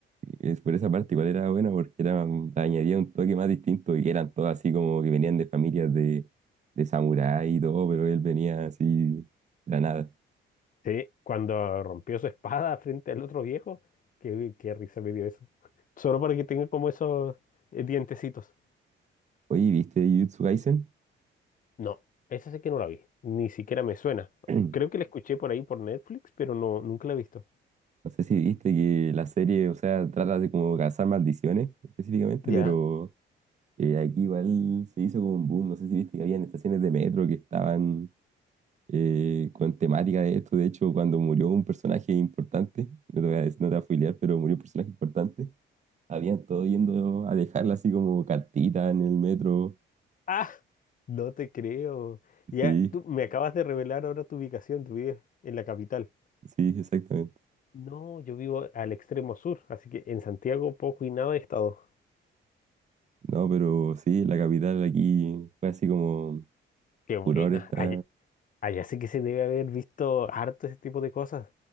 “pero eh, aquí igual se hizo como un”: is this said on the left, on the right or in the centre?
Right